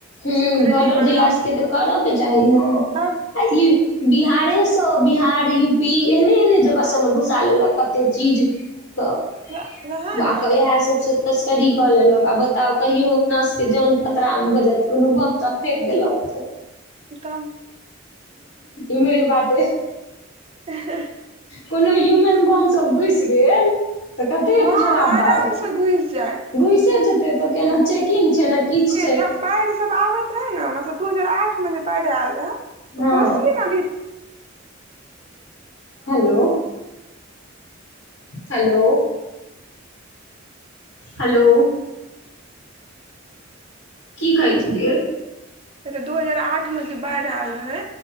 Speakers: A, on the left; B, on the right.
A: ह
B: सिक्योरिटी
A: बॉर्डर
B: बढ़ाबी
A: जिला के तऽ करऽ के चाही हँ
B: तब
A: आ ई बिहारे बिहार यू पी एहने एहने जगह स ने घुसा लेलक कते चीज तऽ
B: वए- वएह ने
A: इएह सबसँ तस्करी कऽ लेलक आ बताउ कहियो अपना जन खतरा मे भऽ जात कोनो बम तम फेेक देलक त
B: तब
A: इमरे बाटे
B: ह <inaudible>
A: कोनो ह्यूमन बमसभ घुसि गेल कते
B: हँ
A: खराब
B: आराम
A: बात
B: से घुसि जायत
A: घुसे जेते तऽ केना चेकिंग छै न किछ छै
B: च पैर सब आबैत रहै न मतलब दू हजार आठ मे जे बाढ़ि आयल रहै तऽ
A: हँ
B: कोशी नदी
A: हेलो हेलौ हेलौ की कहै छलिय
B: तऽ दू हजार आठमे जे बाढ़ि आयल रहै